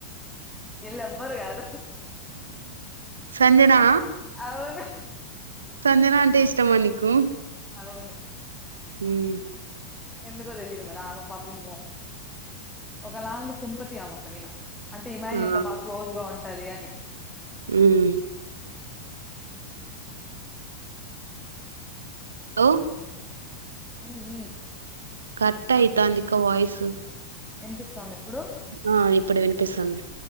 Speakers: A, in the centre; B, on the right.
A: ఇల్ ఎవ్వర్ గాదు
B: సంజనా
A: అవును
B: సంజనా అంటే ఇష్టమా నీకు?
A: అవును
B: ఉమ్
A: ఎందుకో తెలీయదు మరి ఆమ పాపం ఒక లాంటి సింపతి ఆమ పైన. అంటే ఇమాన్యుూల్తో
B: ఆ,
A: బాగా క్లోజ్ గా ఉం అదే అండి.
B: ఉమ్ లో
A: ఉమ్ ఉమ్
B: కట్ అయితాందిక్క వయిసు.
A: వినిపిస్థాంద ఇప్పుడు?
B: ఆ ఇప్పుడు వినిపిస్తుంది.